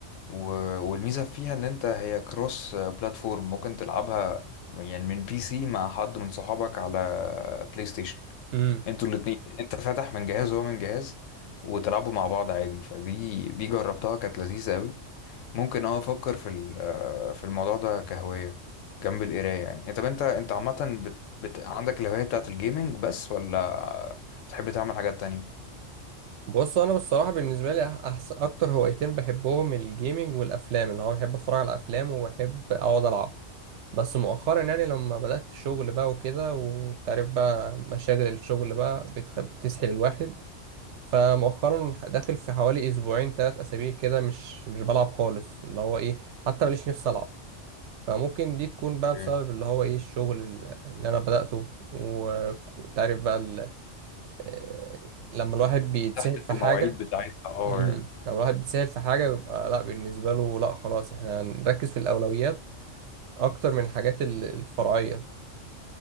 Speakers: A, on the left; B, on the right.
A: و... والميزة فيها ان انت هي كروس بلاتفورم ممكن تلعبها يعني من بي سي مع حد من صحابك على بلاي ستيشن
B: امم
A: انتوا الاتنين انت فاتح من جهاز وهو من جهاز وتلعبوا مع بعض عادي فدي دي جربتها كانت لذيذة قوي ممكن اه افكر في ال- آه، في الموضوع ده كهواية جنب القراية يعني إيه، طب انت انت عامة بت... بت... عندك الهواية بتاعت الجيمنج بس ولا بتحب تعمل حاجات تانية؟
B: بص انا بالصراحة بالنسبة لي أحسن اكتر هوايتين بحبهم الجيمنج والافلام اللي هو بحب اتفرج على افلام وبحب اقعد العب بس مؤخرا يعني لما بدأت الشغل بقى وكده وانت عارف بقى مشاغل الشغل بقى بتخ... بتسحل الواحد فمؤخرا داخل في حوالي اسبوعين ثلاث اسابيع كده مش مش بلعب خالص اللي هو ايه حتى ماليش نفسي العب فممكن دي تكون بقى بسبب
A: إيه.
B: اللي هو ايه الشغل ال- اللي انا بدأته و- وانت عارف بقى ال... آه، لما الواحد بيتسحل
A: تحت
B: في
A: المواعيد
B: حاجة
A: بتاعتها اه
B: امم
A: يعني.
B: لما الواحد بيتسهل في حاجة بيبقى لا بالنسبة له لا خلاص احنا هنركز في الأولويات أكتر من الحاجات ال- الفرعية